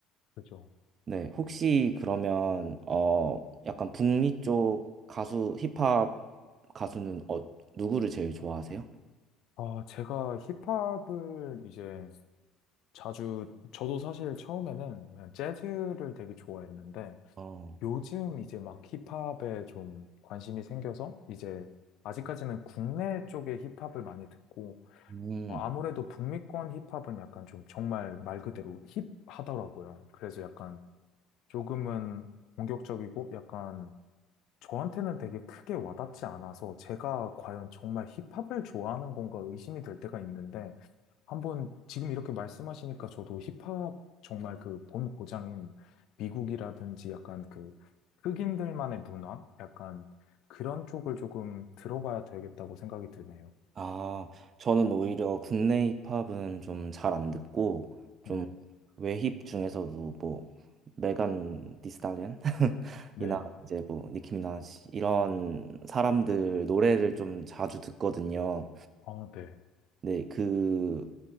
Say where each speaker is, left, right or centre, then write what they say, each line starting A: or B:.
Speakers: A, on the left; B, on the right.
A: 그죠.
B: 네, 혹시 그러면 어 약간 북미 쪽 가수 힙합 가수는 어 누구를 제일 좋아하세요?
A: 아, 제가 힙합을 이제 자주, 저도 사실 처음에는 그냥 재즈를 되게 좋아했는데,
B: 어.
A: 요즘 이제 막 힙합에 좀 관심이 생겨서 이제 아직까지는 국내 쪽의 힙합을 많이 듣고
B: 음.
A: 어, 아무래도 북미권 힙합은 약간 좀 정말 말 그대로 힙하더라고요. 그래서 약간 조금은 공격적이고 약간 저한테는 되게 크게 와닿지 않아서 제가 과연 정말 힙합을 좋아하는 건가 의심이 될 때가 있는데 한번 지금 이렇게 말씀하시니까 저도 힙합 정말 그 본 고장인 미국이라든지 약간 그 흑인들만의 문화? 약간 그런 쪽을 조금 들어봐야 되겠다고 생각이 드네요.
B: 아, 저는 오히려 국내 힙합은 좀 잘 안 듣고 좀
A: 네,
B: 외힙 중에서도 뭐 메간 디스탈리언 <laughs>
A: 네,
B: 이나 이제 뭐 니키 미나지 이런 사람들 노래를 좀 자주 듣거든요.
A: 아, 네,
B: 네, 그